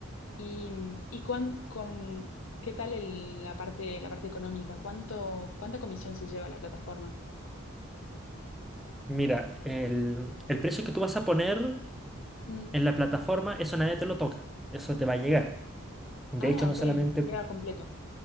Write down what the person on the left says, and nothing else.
Y, mm, y cuán- con, ¿qué tal el- la parte, la parte económica? ¿Cuánto, cuánta comisión se lleva la plataforma?
Mm.
Ah,
ok,
llega completo.